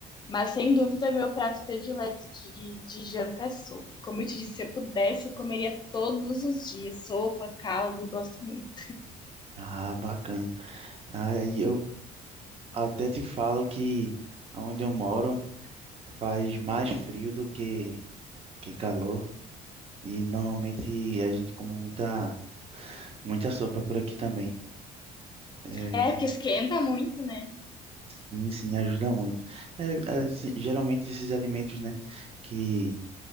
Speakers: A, on the left; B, on the right.
A: Mas sem dúvida, meu prato predileto de, de janta é sopa. Como eu te disse, se eu pudesse, eu comeria todos os dias. Sopa, caldo, gosto muito.
B: Ah, bacana. Aí eu até te falo que onde eu moro faz mais frio do que, que calor. E normalmente a gente come muita, muita sopa por aqui também. É,
A: É, porque esquenta muito, né?
B: sim, sim, ajuda muito. É, é, se- geralmente esses alimentos, né, que,